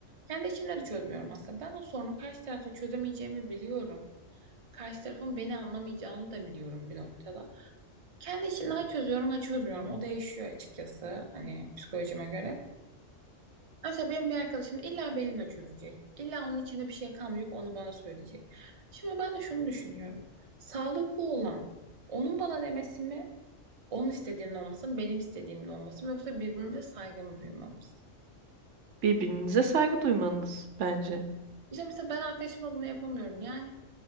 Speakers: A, on the right (about 35°); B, on the right (about 75°).
A: Kendi içimde de çözmüyorum aslında. Ben o sorunu karşı tarafa çözemeyeceğimi biliyorum. Karşı tarafın beni anlamayacağını da biliyorum bir noktada. Kendi içimde ha çözüyorum ha çözmüyorum. O değişiyor açıkçası hani psikolojime göre. Mesela benim bir arkadaşım illa benimle çözecek. İlla onun içinde bir şey kalmayacak onu bana söyleyecek. Şimdi ben de şunu düşünüyorum. Sağlıklı olan onun bana demesi mi? Onun istediğinin olması mı, benim istediğimin olması mı yoksa birbirimize saygımı duymamız.
B: Birbirinize saygı duymanız bence.
A: İşte mesela ben arkadaşıma bunu yapamıyorum. Yani